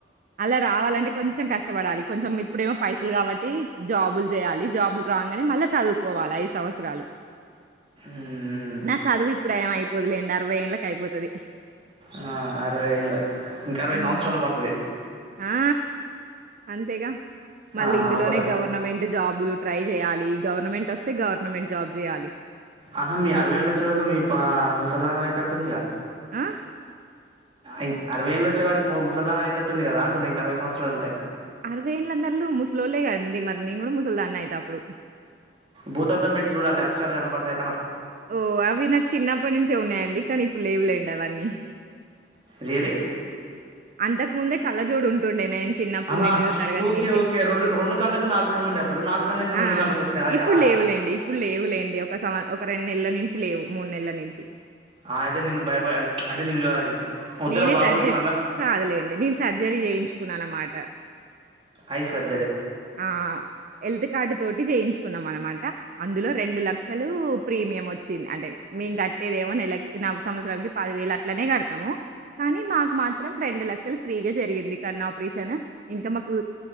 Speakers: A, on the right; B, on the right.
A: అలా రావాలంటే కొంచెం కష్టపడాలి కొంచెం ఇప్పుడేమో పైసలు కాబట్టి జాబులు చేయాలి జాబులు రాంగానే మళ్ళా చదువుకోవాలి ఐదు సంవత్సరాలు
B: మ్మ్
A: నా చదువు ఇప్పుడు ఏ అయిపోదులేండి అరవై ఏళ్ళకి అయిపోతుది
B: ఆ అరవై ఏళ్ళ ఇంకా అరవై
A: హ్మ్.
B: సంవత్సరాలు పడుతుది
A: ఆ అంతేగా మళ్ళీ
B: ఆ
A: ఇందులోనే
B: అప్పటి లోనే
A: గవర్నమెంట్ జాబులు ట్రై చేయాలి గవర్నమెంట్ వస్తే గవర్నమెంట్ జాబ్ చేయాలి
B: ఆహా మీ అరవై ఏలో వచ్చరకు మీ ముసల్మాన్ అయితే అటుందిగా
A: ఆ
B: ఇంక అరవై ఏళ్ళు వచ్చే వకి ముసలధాన్ అవుతటట్టుంది కదా అంటును ఇంక అరవై సంవత్సలు అంటే
A: అరవై ఏళ్ళందరలు ముసలోలే కదండి. మరి నేను కూడా ముసలదాన్నే అయితే అప్పుడు.
B: బూతద్దం పెట్టి చూడాలె అక్షరాలు కనపడతయి.
A: ఓ అవి నాకు చిన్నప్పటి నుంచె ఉన్నయండి. కానీ ఇప్పుడు లేవులేండి అవన్నీ.
B: రియల్లీ
A: అంతకు ముందే కళ్ళజోడు ఉంటుండే నేను చిన్నప్పుడు
B: ఆహా
A: ఎనిమిదో తరగతి
B: ఓకే
A: నుంచే.
B: ఓకే రెండు రెండు కళ్ళలకు నాలుగు కళ్ళు ఉండే అప్పుడు. నాలుగు కళ్లు నుంచి రెండు
A: ఆ!
B: కళ్ళలకు వచ్చాయాయా.
A: ఇప్పుడు లేవులేండి ఇప్పుడు లేవులేండి. ఒక సంవ ఒక రెండు నెలల నుంచి లేవు మూడు నెలల నుంచి.
B: ఆ అయితే నిన్ను భయపడి అది అంటే ని అది వద్దురా
A: నేనే
B: బాబు
A: సర్జరీ
B: ఈ కళ్ళ
A: కాదులేండి. నేను సర్జరీ చేయించుకున్నా అనమాట.
B: ఐ సర్
A: ఆ హెల్త్ కార్డు తోటి చేయించుకున్నం అనమాట అందులో రెండు లక్షలు ప్రీమియం వచ్చింది. అంటే మేము కట్టేదేమో నెలకు న సంవత్సరాంనికి పది వేలు అట్లనే కడతము. కానీ మాకు మాత్రం రెండు లక్ షలు ఫ్రీగా జరిగింది కన్ను ఆపరేషన్ ఇంకా మాకు